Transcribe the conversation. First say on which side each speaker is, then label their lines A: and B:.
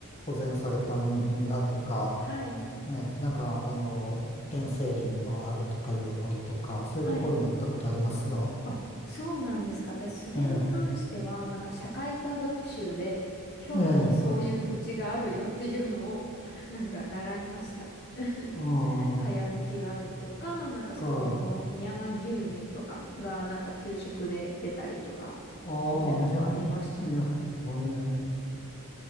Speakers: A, on the left; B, on the left.
A: 保全された村とか、
B: はい。
A: ええ、なんか、あの、原生林のあるとかいう森とか、そういうところも行ったことありますよ。
B: はい。あ、そうなんですか。私、それに関しては、
A: ええ、
B: なんか社会科学習で、京都にそういう土地があるよっていうのを、
A: ええ、
B: なんか習いました。<laughs>
A: ああ、
B: かやぶきがあるとか、なんかそこの美山牛乳とかが、
A: か、
B: なんか給食で出たりとか、
A: ああ、
B: みたいなのありましたね。
A: みや、みや、は